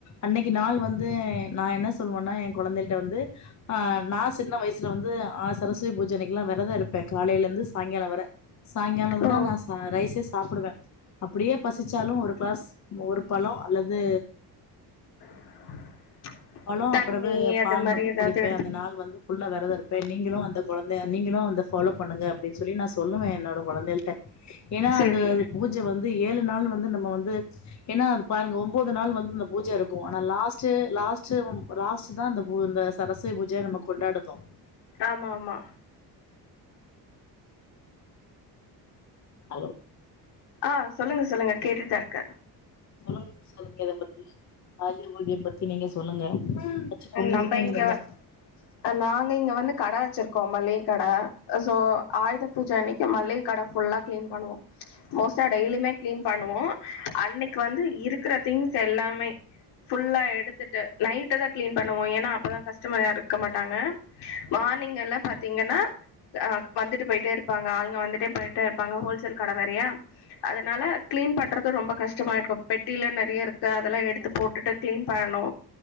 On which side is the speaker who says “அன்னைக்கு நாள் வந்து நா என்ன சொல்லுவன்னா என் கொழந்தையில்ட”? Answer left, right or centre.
Left